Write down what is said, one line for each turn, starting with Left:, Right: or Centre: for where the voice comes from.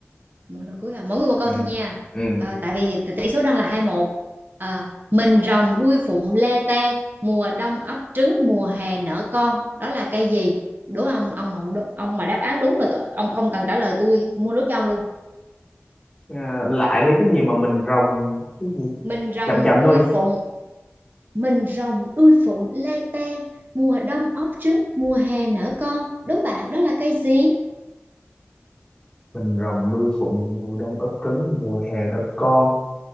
Right: Một là cuối à? Mỗi người một câu
Left: ừ
Right: thôi nha.
Left: ừ
Right: À, tại vì tỷ số đang là 21. À, mình rồng đuôi phụng lê tê, mùa đông ấp trứng, mùa hè nở con. Đó là cây gì? Đố ông ông mà ông mà đáp án đúng là tôi, ông không cần trả lời tôi mua nước cho ông luôn.
Left: Ờ, lại đến cái gì mà mình rồng cái gì
Right: Mình rồng
Left: chậm chậm
Right: đuôi
Left: thôi
Right: phụng, mình rồng đuôi phụng lê tê, mùa đông ấp trứng, mùa hè nở con. Đố bạn đó là cây gì?
Left: mình rồng đuôi phụng mùa đông ấp trứng mùa hè nở con